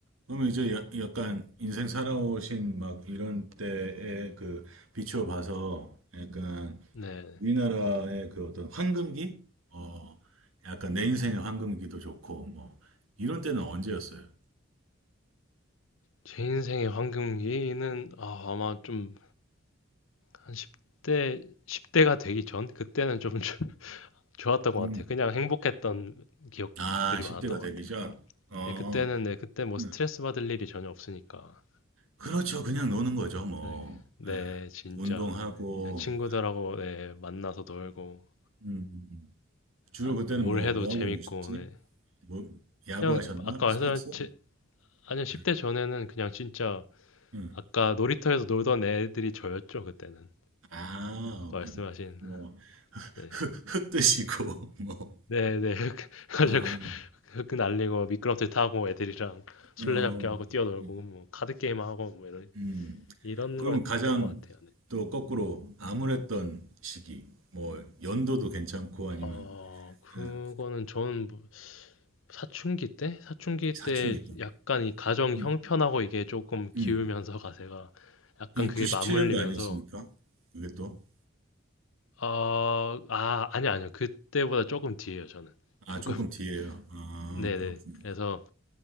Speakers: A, on the right (about 90°); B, on the left (about 70°).
A: 그러면 이제 야- 약간 인생 살아오신 막 이런 때에 그 비추어 봐서 약간
B: 네.
A: 우리나라의 그 어떤 황금기? 어, 약간 내 인생의 황금기도 좋고 뭐 이런 때는 언제였어요?
B: 제 인생의 황금기는 아, 아마 좀 한 10대, 십 대가 되기 전? 그때는 좀 <laughs> 좋- 좋았던 것
A: 음.
B: 같아요. 그냥 행복했던 기억들이
A: 아, 10대가
B: 많았던
A: 되기
B: 것 같아요.
A: 전? 어,
B: 네, 그때는, 네, 그때 뭐
A: 네.
B: 스트레스 받을 일이 전혀 없으니까.
A: 그렇죠. 그냥 노는 거죠, 뭐.
B: 네, 네,
A: 예,
B: 진짜.
A: 운동하고,
B: 그냥 친구들하고, 네, 만나서 놀고,
A: 음, 음, 음. 주로
B: 아,
A: 그때는
B: 뭘
A: 뭐,
B: 해도
A: 뭐
B: 재밌고,
A: 하고 노셨지?
B: 네.
A: 뭐, 야구 하셨나?
B: 그냥, 아까
A: 스포츠?
B: 말씀하신, 아니요, 10대
A: 예,
B: 전에는 그냥 진짜,
A: 음.
B: 아까 놀이터에서 놀던 애들이 저였죠, 그때는.
A: 아,
B: 아까
A: 오케이.
B: 말씀하신,
A: 뭐, <laughs>
B: 네.
A: 흙, 흙 드시고, <laughs> 뭐,
B: 네, 네. <laughs>
A: 아,
B: 맞아요. 흙 날리고 미끄럼틀 타고 애들이랑 술래잡기
A: 어,
B: 하고 뛰어놀고
A: 예.
B: 뭐 카드 게임 하고 뭐 이런
A: 음.
B: 이런
A: 그러면
B: 거였던
A: 가장
B: 것 같아요. 네.
A: 또 거꾸로 암울했던 시기, 뭐, 연도도 괜찮고, 아니면,
B: 어 그거는
A: 예,
B: 저는 뭐 사춘기 때 사춘기
A: 사춘기
B: 때
A: 때.
B: 약간 이 가정
A: 음.
B: 형편하고 이게 조금 기우면서
A: 음.
B: 가세가 약간
A: 이게
B: 그게
A: 97년도
B: 맞물리면서
A: 아니었습니까? 이게 또?
B: 아, 아, 아니요, 아니요. 그때보다 조금 뒤에요, 저는.
A: 아,
B: 조금.
A: 조금
B: <laughs>
A: 뒤에요. 아,
B: 네네.
A: 그렇구나.
B: 그래서,